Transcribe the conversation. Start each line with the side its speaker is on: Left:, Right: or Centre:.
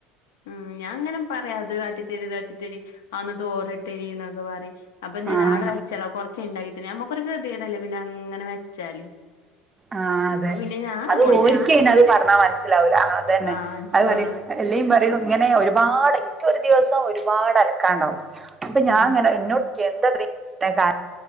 Left: ഉം ഞാങ്ങനെ പറയും അത് കാട്ടിത്തെരി, ഇത് കാട്ടിത്തെരി, അഒന്ന് തോരട്ടരിന്നൊക്കെ പറയും. അപ്പൊന്നോട
Right: ആഹ്
Left: ആടെ വച്ചെള കുറച്ചെഇണ്ടാക്കിതെര ഞമ്മക്കൊരു കേതേടല്ലേ പിന്നെ അങ്ങനെ വെച്ചാല്
Right: ആ അതെ.
Left: അപ്പൊ പിന്നെ ഞാൻ
Right: അത്
Left: കൊണ്ടോയിടും
Right: ഓര്ക്കെയ്നത് പറഞ്ഞാ മനസ്സിലാവൂല. ആ അതന്നെ.
Left: ആഹ് മനസ്സിലാവൂല
Right: അത്പറയും എല്ലെയീ പറയും ഇങ്ങനെ ഒരുപാട് ഇൻക്കൊരു ദിവസം ഒരുപാട് അലക്കാണ്ടാവും. അപ്പ ഞാങ്ങനെ
Left: ഉം
Right: എന്നോ കെന്താ കാ